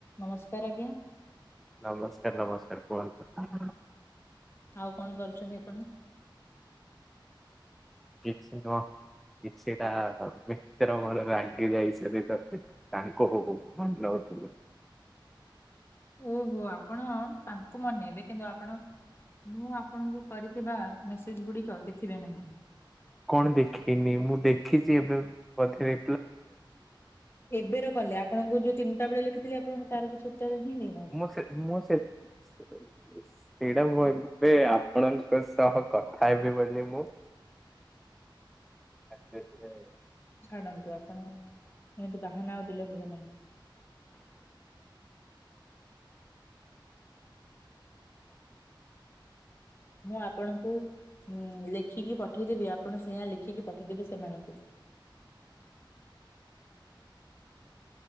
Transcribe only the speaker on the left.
ନମସ୍କାର ଆଜ୍ଞା
ଆଉ କଣ କରୁଛନ୍ତି ଆପଣ।
ଓହୋ ଆପଣ ତାଙ୍କୁ ମନେଇବେ କିନ୍ତୁ ଆପଣ ମୁଁ ଆପଣଙ୍କୁ କରିଥିବା ମେସେଜ ଗୁଡିକ ଦେଖିବେ ନାହିଁ।
ଏବେର କଲେ ଆପଣଙ୍କୁ ଯୋଉ ତିନିଟା ବେଳେ ଲେଖିଥିଲି ଆପଣ ତାର କିଛି ଉତ୍ତର ହିଁ ଦେଇନାହାନ୍ତି
ହ
ଛାଡ଼ନ୍ତୁ ଆପଣ ଏମିତି ବାହାନା ଆଉ ହେଲେ ହବ ନାହିଁ। ମୁଁ ଆପଣଙ୍କୁ ଉଁ ଲେଖିକି ପଠେଇଦେବି ଆପଣ ସେୟଆ ଲେଖିକି ପକେ ପଠେଇ ଦେବେ ସେମାନଙ୍କୁ।